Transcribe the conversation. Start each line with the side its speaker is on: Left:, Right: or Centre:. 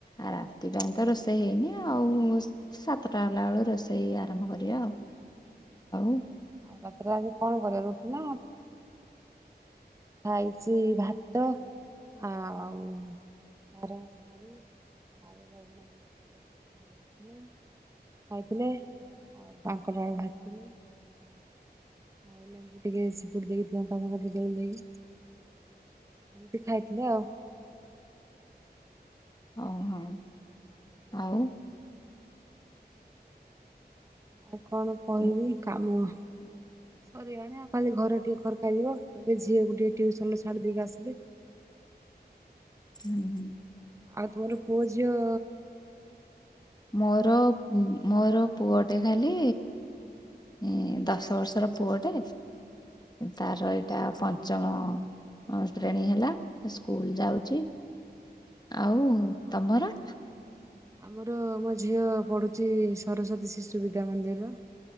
Left: ଆ ରାତି ପାଇଁ ତ ରୋଷେଇ ହେଇନି ଆଉ। ସାତଟା ହେଲା ବେଳୁ ରୋଷେଇ ଆରମ୍ଭ କରିବା ଆଉ ଆଉ।
Right: ଆଉ ରାତିରେ ଆଜି କଣ କରିବା ରୁଟି ନା ଖାଇଛି ଭାତ। ଆଉ ନରମ <unintelligible> ଆଳୁ ବାଇଗଣ ବିଲାତି। <unintelligible> ଖାଇଥିଲେ ଆଉ କାଙ୍କଡ଼ ଆଳୁ ଭଜିଥିଲି। ହଉ ଲେମ୍ବୁ ଟିକେ ଚିପୁଡି ଦେଇକି। <unintelligible> ଏମିତି ଖାଇଥିଲେ ଆଉ।
Left: ହଉ ହଉ। ଆଉ?
Right: ଆଉ କଣ କହିବି
Left: ହୁଁ
Right: କାମୁଅ। ସରଗଲାଣି ଆଉ ଖାଲି ଘର ଟିକେ ଖରକା ଯିବ ଏବେ ଝିଅକୁ ଟିକେ ଟ୍ୟୁସନ ଛାଡ଼ି ଦେଇକି ଆସିଲି।
Left: ହୁଁ ହୁଁ।
Right: ଆଉ ତୁମର ପୁଅ ଜିଅ
Left: ମୋର ମୋର ପୁଅଟେ ଖାଲି ଏଁ ଦଶ ବର୍ଷର ପୁଅଟେ ତାର ଏଇଟା ପଞ୍ଚମ ଅଷ୍ଟମ ଶ୍ରେଣୀ ହେଲା ସ୍କୁଲ ଯାଉଛି। ଆଉ ତମର?
Right: ଆମର ମୋ ଝିଅ ପଢ଼ୁଛି ସରସ୍ଵତୀ ଶିଶୁ ବିଦ୍ୟା ମନ୍ଦିର।